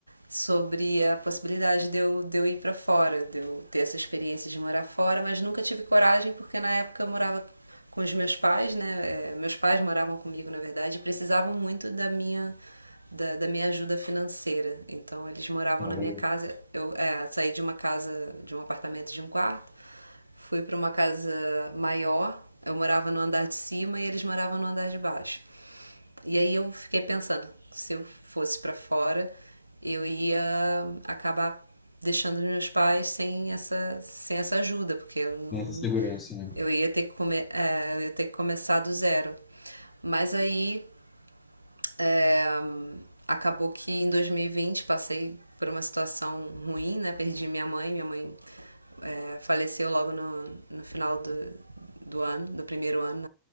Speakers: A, on the right; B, on the left.
A: sobre a possibilidade de eu, de eu ir para fora, de eu ter essa experiência de morar fora, mas nunca tive coragem porque na época eu morava com os meus pais, né? É, meus pais moravam comigo, na verdade, e precisavam muito da minha da, da, minha ajuda financeira. Então eles moravam
B: Ah,
A: na
B: legal.
A: minha casa, eu é, saí de uma casa, de um apartamento de um quarto Fui para uma casa maior, eu morava no andar de cima e eles moravam no andar de baixo. E aí eu fiquei pensando, se eu fosse para fora, eu ia acabar deixando os meus pais sem essa, sem essa ajuda, porque eu não,
B: Nessa segurança, né?
A: eu ia ter que come, é, eu ia ter que começar do zero. Mas aí é, acabou que em 2020 passei por uma situação ruim, né? Perdi minha mãe, minha mãe é, faleceu logo no, no final do, do ano, do primeiro ano,